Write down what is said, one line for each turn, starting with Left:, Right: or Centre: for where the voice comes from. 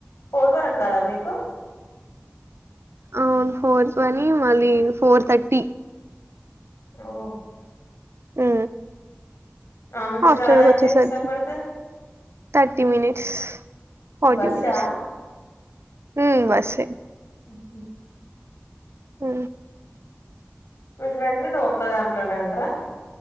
Left: పోర్వరకు గదా మీకు
Right: అవును ఫోర్ పని మళ్ళీ ఫోర్ థర్టీ
Left: ఓ
Right: ఉ
Left: ఆ నుంచి
Right: హాస్టల్
Left: రావడానికి
Right: కి వచ్చే
Left: ఎంతసేపు
Right: సరికి
Left: పడుతది
Right: తర్టీ మనిట్స్ ఫర్టీ
Left: బస్సా
Right: మనిట్స్ ఉ బస్సు ఏ
Left: ఉ హు
Right: హ
Left: మీ ఫ్రెండ్ నువ్వు ఒక్క దాంట్లోనే ఉంటరా